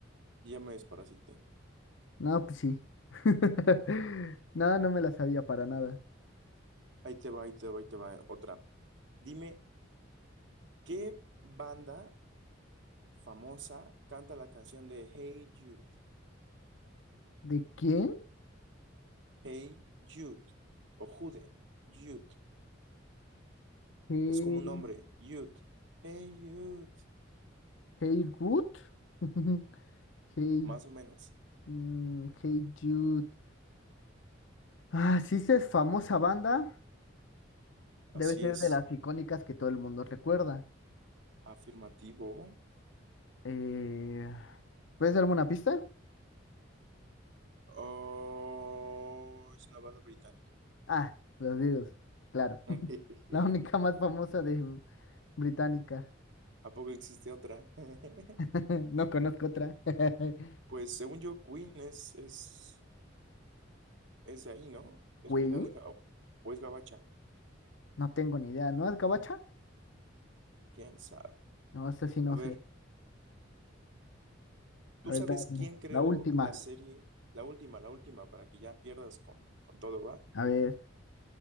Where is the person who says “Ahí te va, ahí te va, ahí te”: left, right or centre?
Right